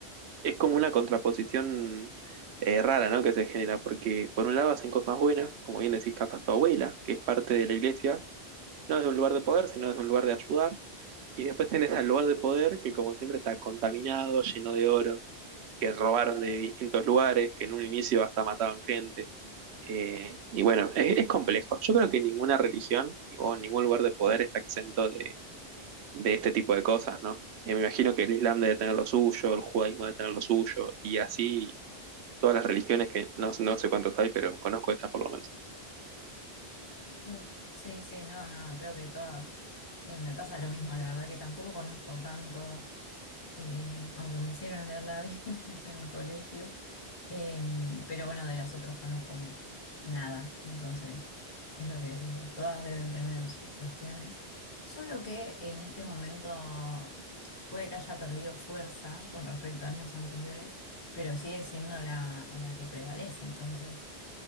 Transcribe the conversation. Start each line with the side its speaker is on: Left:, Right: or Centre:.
Right: es como una contraposición eh, rara, ¿no? Que se genera, porque por un lado hacen cosas buenas, como bien decís, capaz tu abuela, que es parte de la iglesia, no desde un lugar de poder, sino desde un lugar de ayudar. Y después tenés al lugar de poder, que como siempre está contaminado, lleno de oro, que robaron de distintos lugares, que en un inicio hasta mataban gente eh, y bueno, es, es complejo. Yo creo que ninguna religión o ningún lugar de poder está exento de, de este tipo de cosas, ¿no? Eh, me imagino que el Islam debe tener lo suyo, el judaísmo debe tener lo suyo, y así todas las religiones que no, no sé cuántas hay, pero conozco esta por lo menos.
Left: Uf, sí, sí, no, no, creo que todas. eh, me pasa lo mismo, la verdad que tampoco conozco tanto. eh, aunque me hicieron leer la <laughs> Biblia en el colegio, eh, pero bueno, de las otras conozco nada, entonces es lo que decís vos, todas deben tener sus cuestiones, solo que en este momento puede que haya perdido fuerza con respecto a años anteriores, pero sigue siendo la, la que prevalece, entonces,